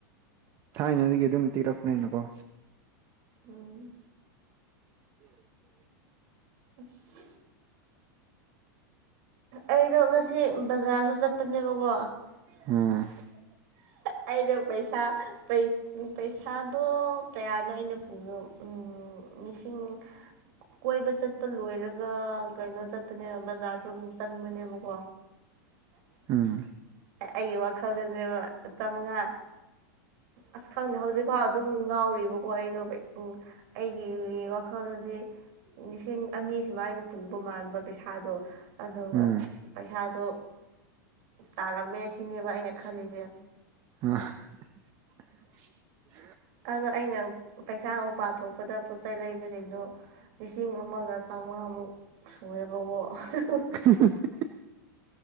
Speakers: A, on the right (about 35°); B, on the right (about 55°).
A: ꯊꯥꯏꯅꯗꯒꯤ ꯑꯗꯨꯝ ꯇꯤꯔꯛꯄꯅꯤꯅꯀꯣ
B: ꯎꯝ
A: <inaudible>
B: ꯑꯁ ꯑꯩꯗꯣ ꯉꯁꯤ ꯕꯖꯥꯔꯁꯨ ꯆꯠꯄꯅꯦꯕꯀꯣ
A: ꯎꯝ
B: ꯑꯩꯗꯣ ꯄꯩꯁꯥ ꯄꯩꯁꯥꯗꯣ ꯀꯌꯥꯅꯣ ꯑꯩꯅ ꯄꯨꯌꯣ ꯎ ꯃꯤꯁꯤꯡ ꯀꯣꯏꯕ ꯆꯠꯄ ꯂꯣꯏꯔꯒ ꯀꯩꯅꯣ ꯆꯠꯄꯅꯦꯕ ꯕꯖꯥꯔꯁꯨ ꯑꯃꯨꯛ ꯆꯪꯕꯅꯦꯕꯀꯣ
A: ꯎꯝ
B: ꯑꯩꯒꯤ ꯋꯥꯈꯜꯗꯅꯦꯕ ꯆꯝꯃꯉꯥ ꯑꯁ ꯈꯪꯗꯦ ꯍꯧꯖꯤꯛꯐꯥꯎ ꯑꯗꯨꯝ ꯉꯥꯎꯔꯤꯕꯀꯣ ꯑꯩꯗꯣ ꯎꯝ ꯑꯩꯒꯤ ꯋꯥꯈꯜꯗꯗꯤ ꯂꯤꯁꯤꯡ ꯑꯅꯤ ꯁꯨꯃꯥꯏꯅ ꯄꯨꯕ ꯃꯥꯟꯕ ꯄꯩꯁꯥꯗꯣ ꯑꯗꯨꯒ
A: ꯎꯝ
B: ꯄꯩꯁꯥꯗꯣ ꯇꯥꯔꯝꯃꯦ ꯁꯤꯅꯦꯕ ꯑꯩꯅ ꯈꯜꯂꯤꯁꯦ
A: ꯑ <inaudible>
B: ꯑꯗꯣ ꯑꯩꯅ ꯄꯩꯁꯥ ꯑꯃ ꯄꯥꯊ ꯊꯣꯛꯄꯗ ꯄꯣꯠ ꯆꯩꯩ ꯂꯩꯕꯁꯤꯡꯗꯣ ꯂꯤꯁꯤꯡ ꯑꯃꯒ ꯆꯥꯝꯃꯉꯥꯃꯨꯛ ꯁꯨꯔꯨꯔꯦꯕꯀꯣ ꯑꯗꯨ
A: ꯍ